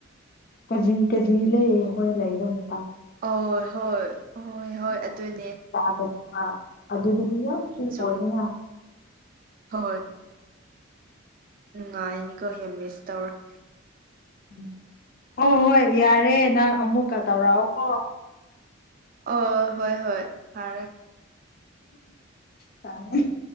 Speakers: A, on the left (about 45°); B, on the right (about 45°).
A: ꯀꯖꯤ ꯀꯖꯤ ꯂꯩ ꯍꯣꯏ ꯂꯩꯕꯅꯤ
B: ꯍ‌ꯣꯏ ꯍꯣꯏ ꯍꯣꯏ ꯍꯣꯏ ꯑꯗꯨꯅꯤ
A: ꯌꯥ <unintelligible> ꯑꯗꯨꯗꯒꯤ ꯐ꯭ꯔꯤ
B: ꯁꯨꯝ
A: ꯑꯣꯏꯔ‌ꯦꯅ
B: ꯍꯣꯏ ꯅꯨꯡꯉꯥꯏꯅꯤꯀꯣ ꯌꯥꯝ ꯃꯤꯁ ꯇꯧꯔ
A: ꯎꯝ ꯍꯣꯏ ꯍꯣꯏ ꯌꯥꯔꯦ ꯅꯪ ꯑꯃꯨꯛꯀ ꯇꯧꯔꯛꯑꯣꯀꯣ
B: ꯑꯣ ꯍꯣꯏ ꯍꯣꯏ ꯐꯔꯦ
A: ꯊꯥꯝ <unintelligible>